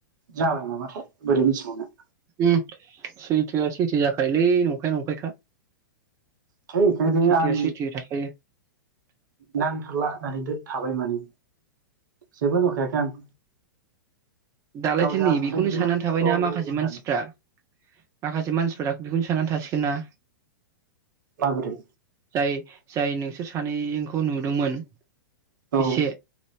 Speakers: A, on the right; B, on the right.
A: जाबाय नामाथाय बोरै मिथिबावनो
B: ओम सैथोआ सैथो जाखायोलै नंखाया नंखायखा
A: थै बेनिखायनो
B: सैथोआ
A: आं
B: सैथो थाखायो
A: नांथारला होननानै दो थाबाय माने जेबो होनहर खायाखै आं
B: दालायथो
A: गाव जा
B: नै
A: होनहरदों
B: बेखौनो साननानै थाबायना
A: औ
B: माखासे
A: होननानै
B: मानसिफ्रा माखासे मानसिफोरा बेखौनो साननानै थासिगोन ना
A: माबोरै
B: जाय जाय नोंसोर सानैजोंखौ नुदोंमोन
A: औ
B: एसे